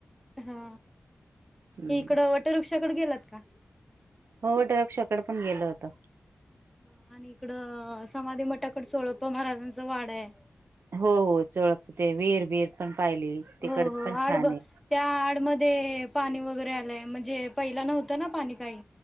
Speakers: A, in the centre; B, on the right.
A: हा
B: हम्म.
A: इकडं वटरुक्षाकडे गेलात का
B: हो वटंरुक्षकड पण गेल होत
A: हा आणि इकड समाधी मठाकड सोळप्पा महाराजांच वाड आहे
B: हो हो चोळप ते वीर बीर पण पाहिली तिकडच
A: हो हो
B: पण
A: आड
B: छान
A: त्या
B: आहे.
A: आडमध्ये पाणी वगैरे आलंय म्हणजे पहिला नव्हतं ना पाणी काही